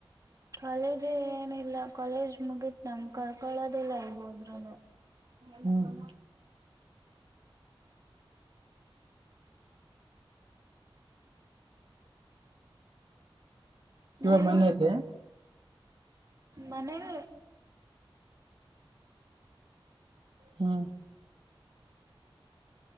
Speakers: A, on the right; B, on the right.
A: ಕಾಲೇಜೇ ಏನಿಲ್ಲ ಕಾಲೇಜ್ ಮುಗೀತ್ ನಮ ಕರ್ಕೊೊಳ್ಳೋದಿಲ್ಲ ಈಗೋದ್ರೂನು <inaudible>
B: ಹ್ಮ <inaudible> ಇವ
A: ನೀವು
B: ಮನದೆ <inaudible>
A: ಮನೆ <inaudible>
B: ಹ್ಮ <inaudible>